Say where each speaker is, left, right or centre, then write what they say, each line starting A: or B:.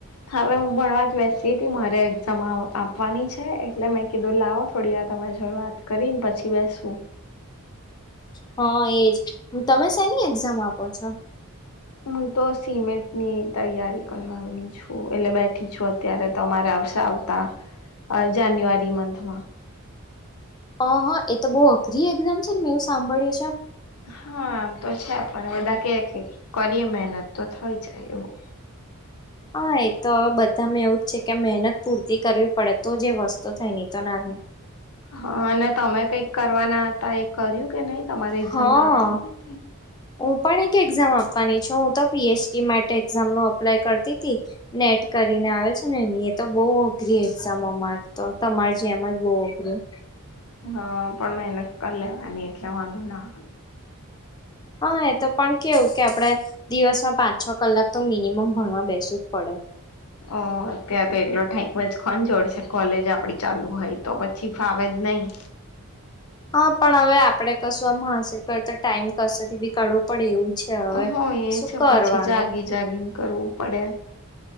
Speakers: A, on the left; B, on the left.
A: હવે હું ભવા જ બેસી હતી મારે એક્ઝામ આપવાની છે એટલે મેં કીધું લાવો થોડી વા તમારી જો વાત કરીને પછી બેસવું
B: હા એજ તમે શની એક્ઝામ આપો છો?
A: હું તો સિમેન્ટની તૈયારી કરવાની છું એટલે બેઠી છું અત્યારે તમારે આવશે આવતા જાન્યુઆરી મંથમાં.
B: હ હા એ તો બહુ અઘરી એક્ઝામ છે ને મેં એવું સાંભળ્યું છે.
A: હા આમ તો છે પણ બધા કે કરીએ મહેનત તો થઈ જાય એવું.
B: હા એ તો હવે બધામાં એવું જ છે કે મહેનત પૂરતી કરવી પડે તો જે વસ્તુ થાય ની તો ના થાય.
A: હા અને તમે કઈક કરવાના હતા એ કર્યું કે નહી તમારે એક્ઝામ
B: હા
A: ના આપવાની
B: હું પણ એક એક્ઝામ આપવાની છું હું તો પી એચ ડી માટે એક્ઝામ ન અપ્લાય કરતી હતી નેટ કરીને આવે છે ને એની એ તો બહ અઘરી એક્ઝામ અમાર તો તમાર જેમ જ બહ અઘરું
A: હ પણ મેનક લ અનેની એટલે વાંધો ના
B: હા એ તો પણ કેવું કે આપડે દિવસમાં પાંચ છ કલાક તો મિનિમમ ભણવા બેસું જ પડે
A: ઓ અત્યારે તો એટલો ટાઈમ જ કો જોડશે કોલેજ આપડી ચાલુ હોય તો પછી ફાવે જ નહીં
B: હા પણ હવે આપડે કશું આમ હાંસિલ કરતા ટાઈમ કશેથી કરવું પડે એવું છે હવે
A: હો એ
B: શું
A: છે
B: કરવાનું
A: પછી જાગી જાગીને કરવું પડે.